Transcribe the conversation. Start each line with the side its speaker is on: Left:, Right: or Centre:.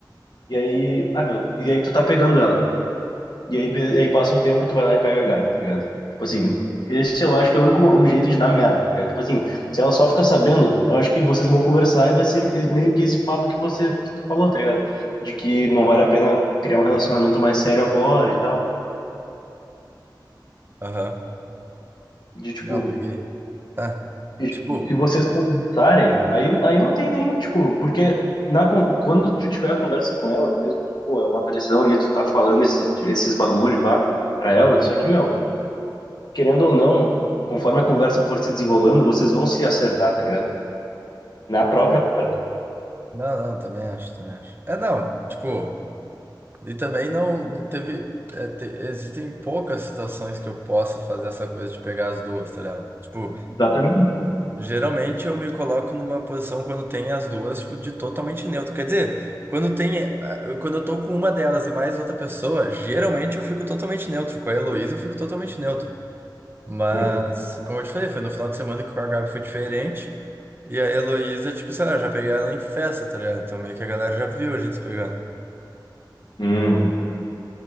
Left: E aí, ah, meu, e aí tu tá pegando ela. E aí, be- aí passa um tempo e tu vai lá e pega a Gabi, tá ligado? Tipo assim, esse eu acho que é o único mo- o jeito de dar merda, tá ligado? Tipo assim, se ela só ficar sabendo, eu acho que vocês vão conversar e vai ser e- meio que esse papo que você que tu falou, tá ligado? De que não vale a pena criar um relacionamento mais sério agora e tal.
Right: Aham.
Left: De tipo,
Right: Não, peguei. Tá.
Left: e, tipo,
Right: Tipo,
Left: se vocês conversarem, aí, aí não tem nem, tipo, porque na, con- quando tu tiver a conversa com ela, mesmo que, pô, é uma pressão ali, tu tá falando esses, esses bagulho, pá, pra ela, só que, meu. querendo ou não, conforme a conversa for se desenrolando, vocês vão se acertar, tá ligado? Na própria conversa.
Right: não, não, também acho, também acho. É, não, tipo, e também não, não teve. é, te- existem poucas situações que eu possa fazer essa coisa de pegar as duas, tá ligado? Tipo,
Left: Exatamente.
Right: Geralmente eu me coloco numa posição quando tem as duas, tipo, de totalmente neutro. Quer dizer, quando tem, eh, quando eu tô com uma delas e mais outra pessoa, geralmente eu fico totalmente neutro. Com a Heloísa eu fico totalmente neutro. Mas,
Left: Sim.
Right: como eu te falei, foi no final de semana que com a Gabi foi diferente. E a Heloísa, tipo, sei lá, eu já peguei ela em festa, tá ligado? Então meio que a galera já viu a gente se pegando.
Left: Hum.